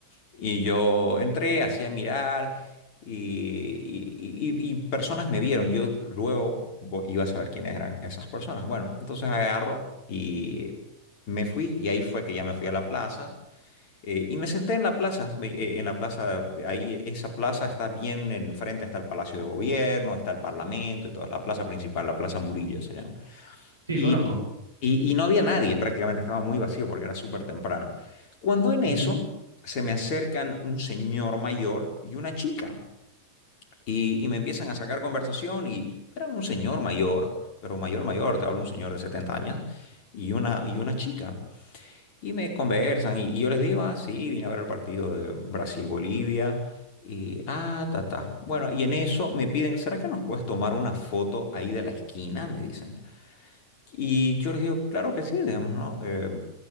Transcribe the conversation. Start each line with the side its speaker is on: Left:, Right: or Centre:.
Left: Y yo entré, hacía mirar y, y- y- y personas me vieron. Yo luego vo- iba a saber quiénes eran esas personas. Bueno, entonces agarro y me fui y ahí fue que ya me fui a la plaza. eh, y me senté en la plaza, me- eh, en la plaza, ahí esa plaza está bien enfrente, está el Palacio de Gobierno, está el Parlamento y toda, es la plaza principal, la Plaza Murillo se llama.
Right: Sí,
Left: Y,
Right: conozco.
Left: y- y no había nadie, prácticamente estaba muy vacío porque era súper temprano. Cuando en
Right: Ujú.
Left: eso se me acercan un señor mayor y una chica y, y me empiezan a sacar conversación y era un señor mayor, pero mayor mayor, te hablo un señor de 70 años y una, y una chica. Y me conversan y, y yo les digo, ah, sí, vine a ver el partido de Brasil-Bolivia. Y, ah, ta, ta. Bueno, y en eso me piden, ¿será que nos puedes tomar una foto ahí de la esquina? Me dicen. Y yo les digo, claro que sí, digamos, ¿no? Eh,